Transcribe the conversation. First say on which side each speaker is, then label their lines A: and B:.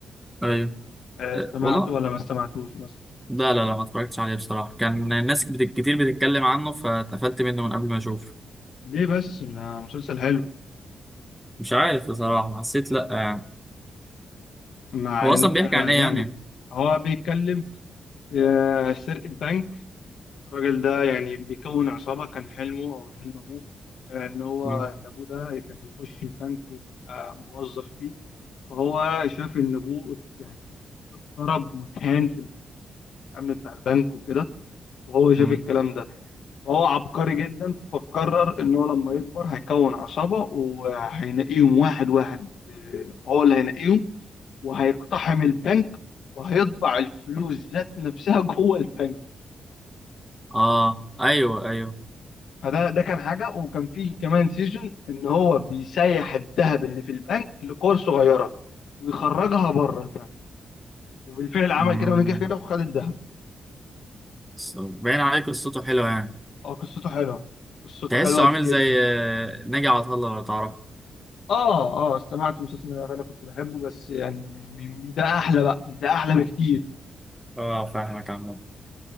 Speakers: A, in the centre; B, on the left.
A: ايوه
B: آه،
A: آه،
B: استمعته
A: والله
B: ولا ما استمعتوش مثلا
A: لا لا لا ما اتفرجتش عليه بصراحة كان ناس بت- كتير بتتكلم عنه فاتقفلت منه من قبل ما اشوف
B: ليه بس ده مسلسل حلو
A: مش عارف بصراحة حسيت لا يعني
B: مع
A: هو اصلا
B: ان
A: بيحكي عن ايه
B: جامد
A: يعني
B: هو بيتكلم آه، سرقة بنك الراجل ده يعني بيكون عصابة كان حلمه أو حلم أبوه آه، إن هو
A: مم.
B: إن أبوه ده كان يخش البنك ويبقى موظف فيه فهو شاف إن أبوه يعني اتضرب واتهان في الأمن بتاع البنك وكده وهو شاف
A: مم.
B: الكلام ده فهو عبقري جدا فقرر إن هو لما يكبر هيكون عصابة وهينقيهم واحد واحد آه، هو اللي هينقيهم وهيقتحم البنك وهيطبع الفلوس ذات نفسها جوه البنك
A: اه ايوه ايوه
B: فده ده كان حاجه وكان فيه كمان سيزون ان هو بيسيح الذهب اللي في البنك لكور صغيره ويخرجها بره البنك وبالفعل عمل
A: مم.
B: كده ونجح كده وخد الذهب
A: بس باين عليه قصته حلوة يعني
B: اه قصته حلوه قصته
A: تحسه
B: حلوه
A: عامل
B: جدا
A: زي آه، ناجي عطا الله لو تعرفه
B: اه اه استمعت مسلسل ده انا كنت بحبه بس يعني م- م- ده احلى بقى يعني ده احلى بكتير
A: اه فاهمك عمو